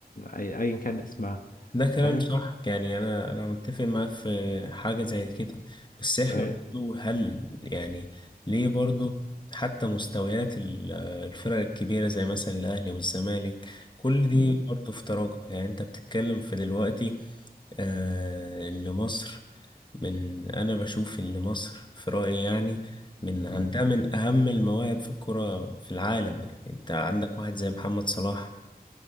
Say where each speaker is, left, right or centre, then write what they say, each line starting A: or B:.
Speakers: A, on the left (about 60°); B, on the left (about 30°).
A: أي... أيا كان اسمها
B: ده كلام
A: فاهم
B: صح يعني انا انا متفق معاه في حاجه زي كده بس احنا
A: ايوه
B: برضو هل يعني ليه برضو حتى مستويات ال- الفرق الكبيره زي مثلا الاهلي والزمالك كل دي
A: مم.
B: برضو في تراجع يعني انت بتتكلم في دلوقتي آه اللي مصر من انا بشوف ان مصر في رايي يعني من عندها
A: مم.
B: من اهم المواهب في الكره في العالم يعني انت عندك واحد زي محمد صلاح